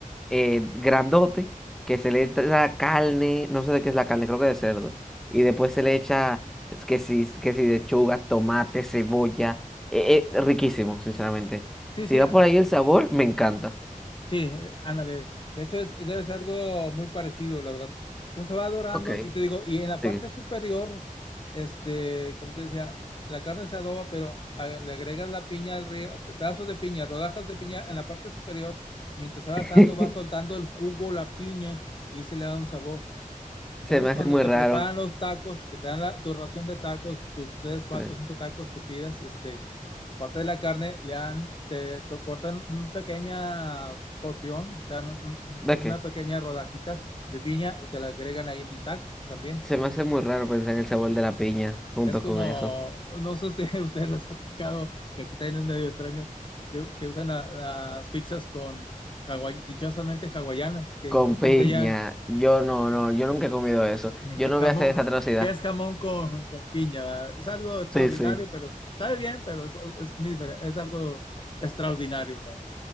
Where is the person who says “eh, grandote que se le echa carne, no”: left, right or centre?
Centre